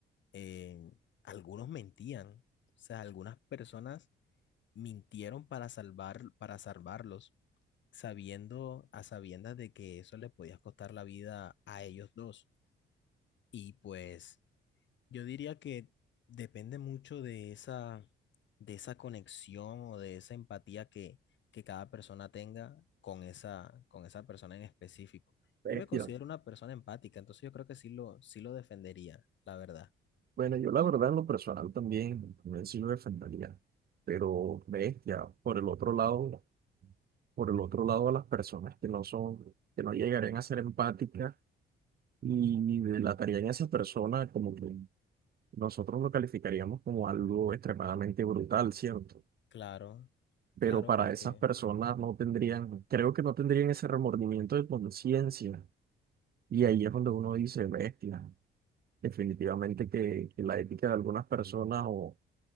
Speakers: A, on the left; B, on the right.
A: eh, algunos mentían, o sea, algunas personas mintieron para salvar, para salvarlos, sabiendo, a sabiendas de que eso les podía costar la vida a ellos dos. Y pues yo diría que depende mucho de esa, de esa conexión o de esa empatía que, que cada persona tenga con esa, con esa persona en específico.
B: bestia.
A: Yo me considero una persona empática, entonces yo creo que sí lo, sí lo defendería, la verdad.
B: Bueno, yo la verdad en lo personal también, también sí lo defendería, pero ves ya por el otro lado, por el otro lado a las personas que no son, que no llegarían a ser empáticas y delatarían a esa persona como que nosotros lo calificaríamos como algo extremadamente brutal, ¿cierto?
A: Claro,
B: Pero
A: claro,
B: para
A: porque
B: esas personas no tendrían, creo que no tendrían ese remordimiento de conciencia y ahí es donde uno dice, bestia, definitivamente que, que la ética de algunas personas o